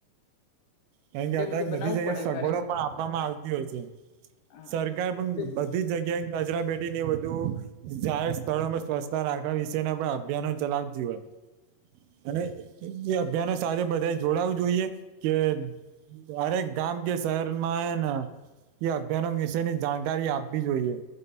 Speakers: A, on the right; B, on the left.
A: કારણ કે
B: એ
A: અત્યારે
B: બધું બનાવવું
A: બધી જગ્યાએ
B: પડે
A: સગવડો
B: ઘરે
A: પણ આપવામાં આવતી હોય છે.
B: હા
A: સરકાર પણ
B: તે
A: બ ધી જગ્યાએન કચરા પેટી ને એ બધું જાહેર સ્થળોમાં સ્વચ્છતા રાખવા વિશેના પણ અભિયાનો ચલાવતી હોય. અને એ અભિયાનો સાથે બધા જોડાવું જોઈએ કે ત્યારે ગામ કે શહેરમાં હે ન એ અભિયાનો વિશેની જાણકારી આપવી જોઈએ